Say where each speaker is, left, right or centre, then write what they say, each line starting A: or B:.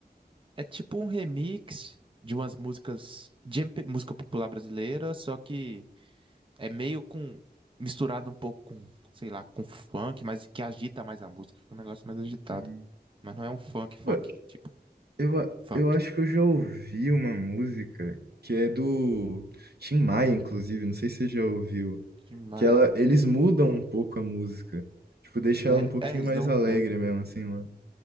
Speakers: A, on the right (about 30°); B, on the right (about 70°).
A: É tipo um remix de umas músicas de MP música popular brasileira, só que É meio com. Misturado um pouco com, sei lá, com funk, mas que agita mais a música. Fica um negócio mais agitado.
B: Hum.
A: Mas não é um funk, funk,
B: Pô,
A: tipo,
B: eu, a-
A: funk.
B: eu acho que eu já ouvi uma música que é do Tim Maia, inclusive. Não sei se você já ouviu.
A: Mas,
B: Que ela, eles mudam um pouco a música. Tipo, deixa
A: é,
B: ela um pouquinho
A: é, eles
B: mais
A: dão uma
B: alegre
A: mudança.
B: mesmo, assim, mano.